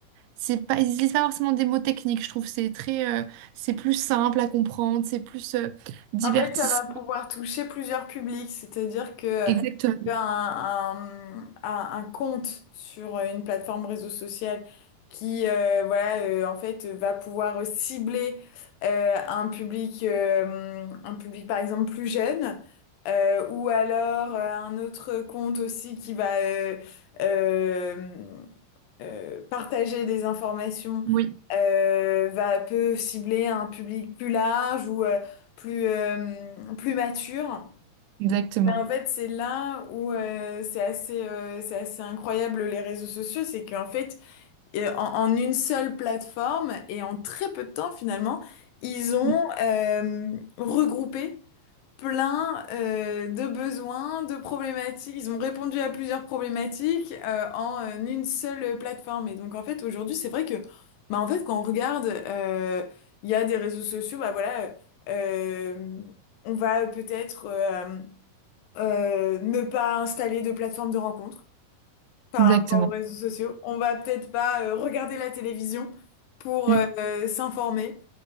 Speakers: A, on the right; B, on the left.
A: C'est pas, ils utilisent pas forcément des mots techniques, je trouve. C'est très, euh, c'est plus simple à comprendre, c'est plus euh, divertissant.
B: En fait, ça va pouvoir toucher plusieurs publics, c'est-à-dire que
A: Exactement.
B: un, un, un- un compte sur une plateforme réseau social qui euh, voilà euh, en fait va pouvoir cibler euh, un public euh, un public par exemple plus jeune euh, ou alors euh, un autre compte aussi qui va euh, euh, euh, partager des informations
A: Oui,
B: euh, va, peut cibler un public plus large ou euh, plus, euh, plus mature.
A: exactement.
B: Mais en fait, c'est là où euh, c'est assez, euh, c'est assez incroyable les réseaux sociaux, c'est qu'en fait, euh, en, en une seule plateforme et en très peu de temps finalement, ils ont
A: Mm,
B: euh, regroupé plein euh, de besoins, de problématiques. Ils ont répondu à plusieurs problématiques euh, en euh, une seule plateforme. Et donc en fait aujourd'hui c'est vrai que bah en fait quand on regarde euh, il y a des réseaux sociaux bah voilà euh, on va peut-être euh, euh, ne pas installer de plateforme de rencontre par
A: Exactement.
B: rapport aux réseaux sociaux. On va peut-être pas euh, regarder la télévision pour
A: Mm,
B: euh, s'informer.